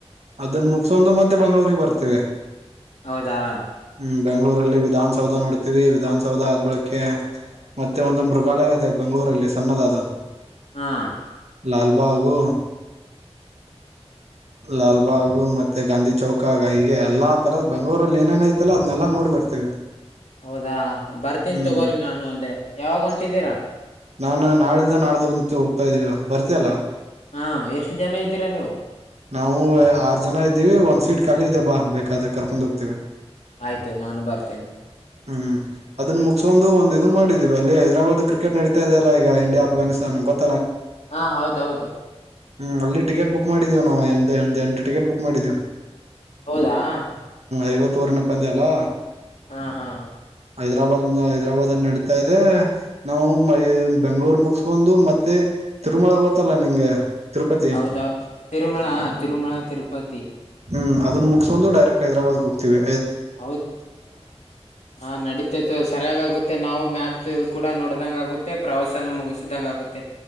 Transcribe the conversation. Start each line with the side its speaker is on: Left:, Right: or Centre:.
Right: ಅದನ್ನ ಮುಗಸೊಂಡು ಮತ್ತೆ ಬೆಂಗಗಳೂರಿಗೆ ಬರ್ತೀವಿ.
Left: ಹೌದಾ
Right: ಹ್ಮ್ ಬೆಂಗಳೂರಲ್ಲಿ. ದನ್ ಸೌದ ನೋಡಿತ್. ವಿಧಾನಸೌಧದ ಹದಬಳಕೆ ಮತ್ತೆ ಒಂದು ಮೃಗಾಲಯ ಇದೆ ಬೆಂಗ್ಳೂರಲ್ಲಿ ಸಣ್ಣದ ಅದು.
Left: ಹಾ
Right: ಲಾಲ್ಬಾಗು ಲಾಲ್ಬಾಗು ಮತ್ತೆ ಗಾಂಧಿ ಚೌಕ ಹೀಗೆ ಎಲ್ಲಾ ತರದ ಬೆಂಗ್ಗಳೂರಲ್ಲಿ ಏನೇನ ಐತಲ್ಲ ಅದ್ನೆಲ್ಲಾ ನೋಡಿ ಬರ್ತೇವಿ.
Left: ಹೌದಾ ಬರ್ತೀನಿ
Right: ಹ್ಮ್
Left: ತಗೋರಿ ನಾನು ಅಂದ್ರೆ. ಯಾವಾಗ ಹೊಂಟಿದ್ದೀರಾ.
Right: ನಾನ್ ನಾಳಲ್ದ ನಡ್ದು ಹೋಗ್ತಾಯಿದೀವಿ ಬರ್ತಿಯಲ್ಲ.
Left: ಹಾ ಎಷ್ಟು ಜನ ಇದ್ದೀರಾ ನೀವು
Right: ನಾವು ಆರ್ ಜನ ಇದ್ದೀವಿ ಒಂದ್ ಸೀಟ್ ಖಾಲಿ ಇದ ಬಾ ಬೇಕ್. ಯಾದ್ರೆ ಕರ್ಕೊಂಡು ಹೋಗ್ತಿವಿ.
Left: ಆಯ್ತು ನಾನು ಬರ್ತೇನೆ.
Right: ಹ್ಮ್ ಅದನ್ನ ಮುಗಸ್ಕೊಂದು ಒಂದ ಇದನ್ ಮಾಡಿದೀವಿ ಅಲ್ಲಿ ಹೈದರಾಬಾದ್ ಕ್ರಿಕೆಟ್ ನಡೀ ಗೊತ್ತಾಯಿತಲ ಈಗ ಇಂಡಿಯಾ ಆಫಾನಿಸ್ತನ್ ಗೊತ್.
Left: ಹಾ ಹೌದೌದು.
Right: ಹ್ಮ್ ಅಲ್ಲಿ ಟಿಕೆಟ್ ಬುಕ್. ಬು ಮಾಡಿದ್ದೀವು ನಾವು <unintelligible> ಎಂಟ್ ಟಿಕೆಟ್ ಬುಕ್. ಮಡಿದೇವ್
Left: ಹಾ
Right: ಐವತ್ತೂರನೇ ಪಂದ್ಯ ಅಲ್ಲಾ
Left: ಹಾ ಹಾ
Right: ಹೈದರಾಬಾದ್ನ <unintelligible> <unintelligible> ನಡತಾ ಇದೆ ನಾವು ಬೆಂಗಳೂರ್ ಮುಗಸ್ಕೊಂಡು ಮತ್ತೆ ತಿರುಮಳ ಗೊತ್ತಲ್ಲ ನಿಂಗೆ. ತಿರುಪತಿ
Left: ಹೌದ ತಿರುಮಳ ತಿರುಮಳ ತಿರುಪತಿ
Right: ಹ್ಮ್ ಅದನ್ ಮುಗಸ್ೊಂಡಂದು ಡೈಕ್ಟ್ ಹೈದಾಬಾದ್ಗೆೋಗ್ತತಿವಿ
Left: ಹೌದ ಹ ನಡತೈತ್ತು ಸರಿಯಾಗಿ ಆಗುತ್ತೆ ನಾವು ಮ್ಯಾಥ ಕೂಡ ನೋಡ್ದಂಗ ಆಗುತ್ತೆ ಪ್ರವಾಸನ ಮುಗಿಸಿದಂಗ ಆಗುತ್ತೆ